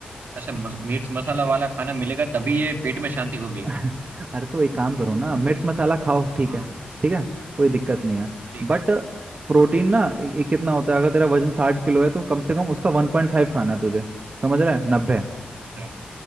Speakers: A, on the right; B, on the right.
A: ऐसे मस, मिर्च मसाला वाला खाना मिलेगा तभी ये पेट में शांति होगी
B: अरे तो एक काम
A: तो
B: करो ना मिर्च मसाला खाओ ठीक
A: हाँ
B: है ठीक है कोई दिक्कत नहीं है
A: ठीक
B: बट
A: है
B: प्रोटीन
A: हाँ
B: ना ए, ए, कितना होता है अगर तेरा वजन साठ किलो है तो कम से कम उसका वन पॉइंट फाइव खाना है तुझे समझ रहा है नब्बे
A: अच्छा